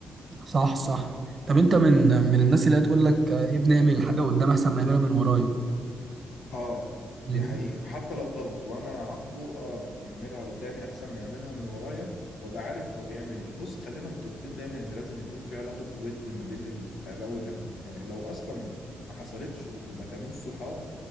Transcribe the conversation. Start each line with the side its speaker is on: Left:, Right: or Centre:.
Right: صح صح طب انت من من الناس اللي هتقول لك ابني اعمل الحاجة قدام احسن ما يعملها من ورايا
Left: اه
Right: من-
Left: دي حقيقة حتى لو غلط وانا عاقبه اه يعملها قدامي احسن ما يعملها من ورايا وابقى عارف هو بيعمل ايه بص خلينا متفقين دايما ان لازم يكون في علاقة ود ما بين الاباء والابناء لو اصلا ما حصلتش وما كانوش صحاب